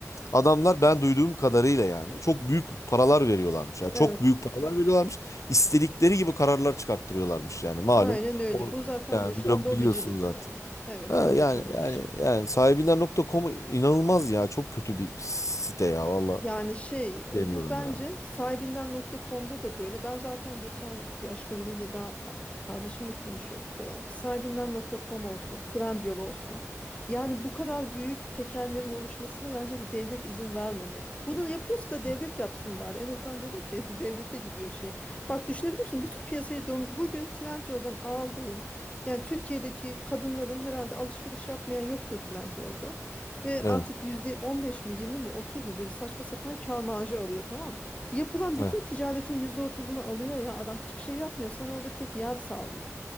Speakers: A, on the left (about 70°); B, on the left (about 25°).
A: Adamlar ben duyduğum kadarıyla yani çok büyük paralar veriyorlarmış. Yani
B: evet
A: çok büyük paralar veriyorlarmış. İstedikleri gibi kararlar çıkarttırıyorlarmış yani malum.
B: aynen öyle
A: O
B: bu zaten
A: yani
B: bu işler
A: bili-
B: lobicilik
A: biliyorsun zaten.
B: yani evet
A: Ha,
B: lobicilik
A: yani yani
B: işte.
A: yani sahibinden nokta com'u inanılmaz ya. Çok kötü bir site ya valla.
B: Yani şey e,
A: demiyorum
B: bu bence
A: ya.
B: sahibinden.com'da da böyle. Ben zaten geçen bir başka biriyle daha kardeşimle konuşuyorduk herhalde. Sahibinden.com olsun, Trendyol olsun. Yani bu kadar büyük tekellerin oluşmasına bence bir devlet izin vermemeli. Bunu yapıyorsa da devlet
A: Hı.
B: yapsın bari. En azından dedim ki <laughs> devlete gidiyor şey. Bak düşünebiliyorsun bütün piyasayı dom- bugün Trendyol'dan aldığın yani Türkiye'deki kadınların herhalde alışveriş yapmayan yoktur Trendyol'da. Ve
A: Evet.
B: artık yüzde 15 mi 20 mi 30 mu böyle saçma sapan kâr marjı alıyor tamam mı? Yapılan bütün
A: Evet.
B: ticaretin yüzde otuzunu alıyor ya adam hiçbir şey yapmıyor sana orada bir tek yar sağlıyor.